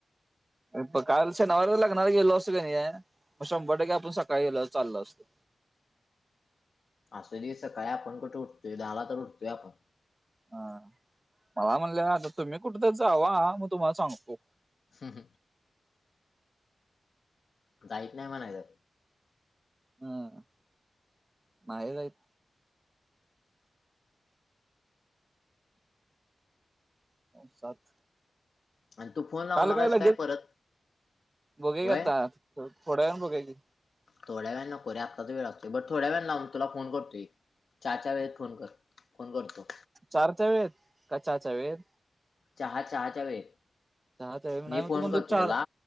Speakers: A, on the right; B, on the left.
A: इप काश नला नाही लवास का नाही मग शंभर टक्के आपण सकाळी चाल असतो
B: असे दिवस सकाळी आपण कुठे उठतोय दहाला तर उठतोय आपण
A: हा मला म्हणले आता तुम्ही कुठंतरी जावा मग तुम्हाला सांगतो
B: ह ह जाईत नाही म्हणा तर
A: हम माहेयत सात
B: आणि तू फोन लावणार
A: काल काय
B: आहेस
A: लगेच
B: परत
A: बघा
B: होय
A: का आता थोड्यान बघाय क
B: थोड्या वेळ नकोरी आत्ताच वेळ लागते बर थोड्या वेळाला तुला फोन करतोय चार चार वेळेत फोन कर फोन करतो
A: चार वेत काच्या वेेत
B: चहा चहाच्या वेळेत
A: चहाच्या वेळ
B: मी
A: म
B: फोन
A: तू म्हणो
B: करतो
A: चार
B: तुला